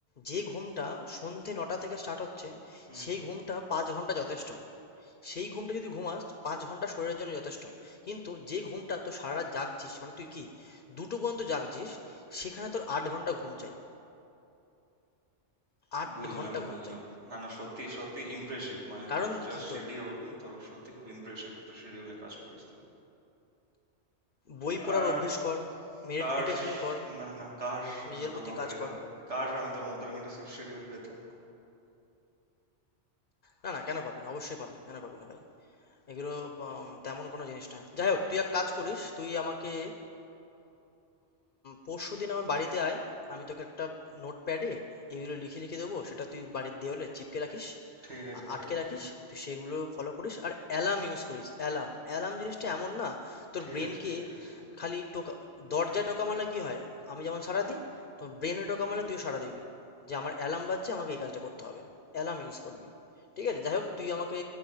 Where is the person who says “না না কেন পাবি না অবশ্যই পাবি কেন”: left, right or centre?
Left